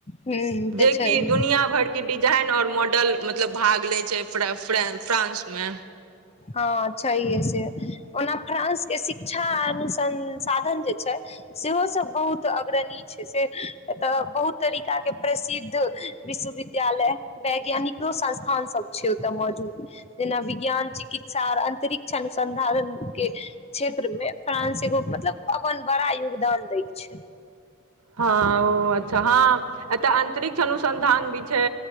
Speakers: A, on the left; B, on the right.
A: ह तऽ
B: जेकि
A: छै
B: दुनिया भरिके डिजाइन और मॉडल मतलब भाग लै छै फ्र फ्रै फ्रांसमे
A: हँ छैेहे से ओना फ्रांस के शिक्षा अनुसंसाधन जे छै सेहो सब बहुत अग्रणी छै से एतऽ बहुत तरीका के प्रसिद्ध विश्वविद्यालय वैज्ञानिको संस्थान सब छै ओतय मौजूद जेना विज्ञान चि कित्सा और अंतरिक्ष अनुसन्धान के क्षेत्र में फ्रांस एगो मतलब अपन बड़ा योगदान दै छै
B: हँ ओ अच्छा हँ अतऽ अंतरिक्ष अनुसन्धान भी छै